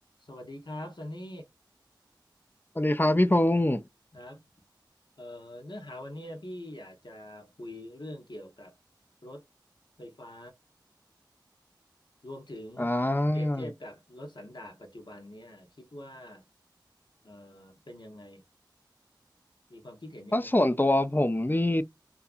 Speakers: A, on the left; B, on the left.
A: สวัสดีครับซันนี่
B: สวัสดีครับพี่พงศ์
A: ครับเอ่อเนื้อหาวันนี้พี่อยากจะคุยเรื่องเกี่ยวกับรถไฟฟ้ารวมถึง
B: อ่า
A: เปรียบเทียบกับรถสันดาปปัจจุบันเนี่ยคิดว่าเอ่อเป็นยังไงมีความคิดเห็นยังไง
B: ถ้าส่วนตัวผมนี่